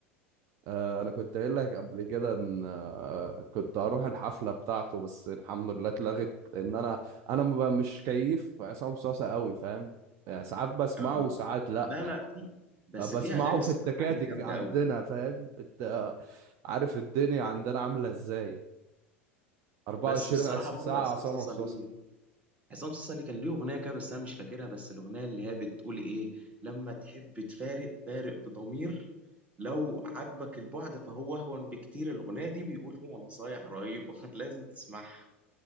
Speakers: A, on the right (about 45°); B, on the right (about 20°).
A: آه، انا كنت قايل لك قبل كده ان آه، كنت هروح الحفلة بتاعته بس الحمد لله اتلغت لان انا انا ما ب- مش كيف عصام صاصة قوي فاهم يعني ساعات بسمعه
B: آه.
A: وساعات لا
B: لا لا في بس
A: بسمعه
B: في اغاني
A: في
B: الصراحة
A: التكاتك
B: ليه جامدة
A: عندنا
B: قوي
A: فاهم انت عارف الدنيا عندنا عامله ازاي 24
B: بس بصراحة
A: عس-
B: برضه
A: ساعه
B: عصام
A: عصام
B: صاصة
A: مصاصه
B: ليه عصام صاصة ليه كان ليه اغنية كده بس انا مش فاكرها بس الاغنية اللي هي بتقول ايه لما تحب تفارق فارق بضمير لو عجبك البعد فهو اهون بكتير الاغنية دي بيقول فيها نصايح رهيبة <laughs> لازم تسمعها